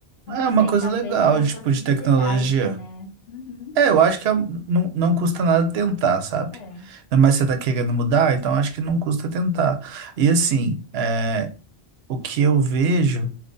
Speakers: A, on the left (about 75°); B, on the right (about 75°).
A: não
B: é
A: sei,
B: uma coisa
A: talvez
B: legal,
A: é uma
B: tipo,
A: possibilidade,
B: de tecnologia.
A: né? Uhum.
B: É, eu acho que é um- não, não custa nada tentar, sabe?
A: É.
B: Mas você tá querendo mudar, então acho que não custa tentar. E assim, é, o que eu vejo